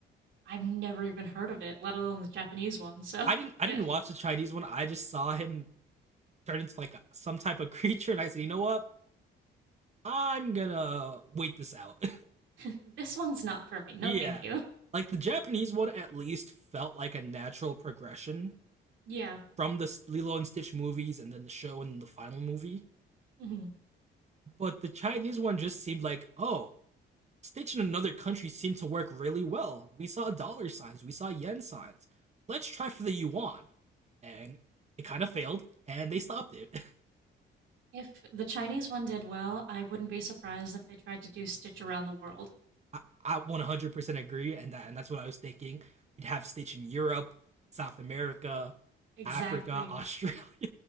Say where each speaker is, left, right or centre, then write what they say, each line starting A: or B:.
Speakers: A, on the right; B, on the right.
A: I've never even heard of it, let alone the Japanese one, so
B: I didn't I
A: yeah.
B: didn't watch the Chinese one. I just saw him turn into like a, some type of <laughs> creature and I said, "You know what? I'm going to wait this out."
A: <laughs> this one's not for me. No,
B: Yeah.
A: thank you.
B: Like the Japanese one at least felt like a natural progression
A: Yeah.
B: from the Lilo and Stitch movies and then the show and the final movie.
A: hmm
B: But the Chinese one just seemed like, oh, Stitch in another country seemed to work really well. We saw dollar signs, we saw yen signs. Let's try for the yuan. And it kind of failed and they stopped it.
A: If the Chinese one did well, I wouldn't be surprised if they tried to do Stitch Around the World.
B: <laughs> I, I 100% agree and that and that's what I was thinking. We'd have Stitch in Europe, South America,
A: Exactly.
B: Africa, Australia. <laughs>